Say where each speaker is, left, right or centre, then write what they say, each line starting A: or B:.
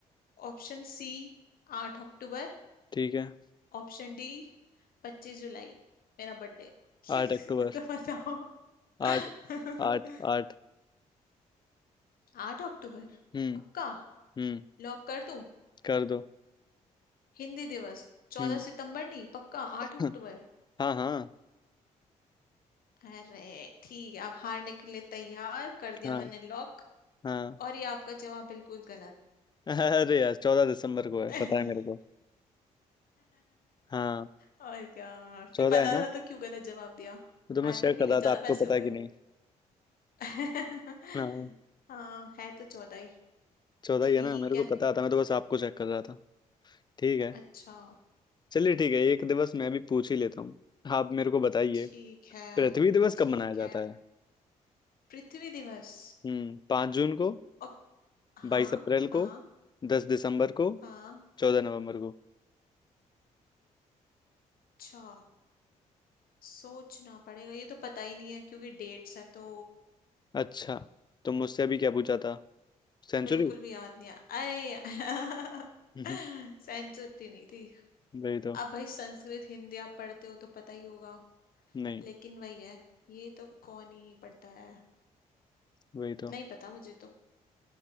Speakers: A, on the left; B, on the left.
A: ऑप्शन सी आठ अक्टूबर
B: ठीक है
A: ऑप्शन डी पच्चीस जुलाई मेरा बर्थडे <laughs>
B: आठ अक्टूबर
A: तो बताओ <laughs>
B: आठ आठ आठ
A: आठ अक्टूबर
B: हम्म
A: पक्का
B: हम्म
A: लॉक कर दूं
B: कर दो
A: हिंदी दिवस चौदह
B: हम्म
A: सितंबर नहीं पक्का आठ
B: <coughs>
A: अक्टूबर
B: हाँ हाँ
A: अरे ठीक है आप हारने के लिए तैयार कर दिया
B: हाँ
A: मैंने लॉक
B: हाँ
A: और ये आपका जवाब बिल्कुल गलत
B: <laughs> अरे यार चौदह दिसंबर को है
A: <laughs>
B: पता है मेरे को हाँ
A: और क्या
B: चौदह
A: फिर पता
B: है ना
A: था तो क्यों गलत जवाब दिया
B: वो तो मैं
A: हारने
B: चेक
A: के
B: कर
A: लिए
B: रहा
A: ज्यादा
B: था आपको
A: पैसे
B: पता
A: हो
B: है
A: गए
B: कि नहीं
A: <laughs>
B: हाँ
A: हाँ है तो चौदह ही
B: चौदह
A: ठीक
B: ही है ना मेरे
A: है
B: को पता था मैं तो बस आपको चेक कर रहा था ठीक है
A: अच्छा
B: चलिए ठीक है एक दिवस मैं भी पूछ ही लेता हूँ आप मेरे को बताइए
A: ठीक है
B: पृथ्वी दिवस
A: ठीक
B: कब मनाया जाता
A: है
B: है
A: पृथ्वी दिवस
B: हम्म पाँच जून को
A: और हाँ
B: बाईस अप्रैल
A: हाँ
B: को दस दिसंबर को
A: हाँ
B: चौदह नवंबर को
A: अच्छा सोचना पड़ेगा ये तो पता ही नहीं है क्योंकि डेट्स हैं तो
B: अच्छा तो मुझसे अभी क्या पूछा था सेंचुरी
A: बिल्कुल भी याद नहीं आया अरे <laughs>
B: <laughs>
A: सेंचुरी नहीं थी
B: वही तो
A: अब भाई संस्कृत हिंदी आप पढ़ते हो तो पता ही होगा
B: नहीं
A: लेकिन वही है ये तो कौन ही पढ़ता है
B: वही तो
A: नहीं पता मुझे तो